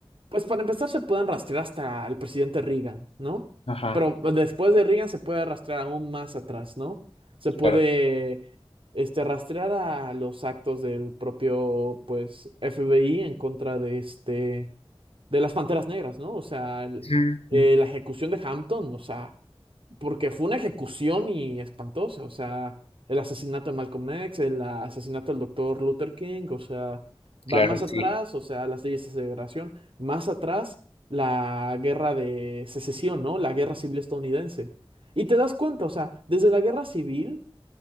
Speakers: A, on the right; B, on the left.
A: pues para empezar se pueden rastrear hasta el presidente Reagan, ¿no?
B: Ajá,
A: Pero después de Reagan se puede rastrear aún más atrás, ¿no? Se puede
B: claro.
A: este, rastrear a los actos del propio, pues, FBI en contra de este, de las Panteras Negras, ¿no? O sea, el-
B: Ujú,
A: eh,
B: ujú.
A: la ejecución de Hampton, o sea, porque fue una ejecución y espantosa, o sea, el asesinato de Malcolm X, el asesinato del doctor Luther King, o sea,
B: Claro,
A: va más atrás,
B: sí,
A: o sea, las leyes de segregación, más atrás la guerra de secesión, ¿no? La guerra civil estadounidense. Y te das cuenta, o sea, desde la guerra civil,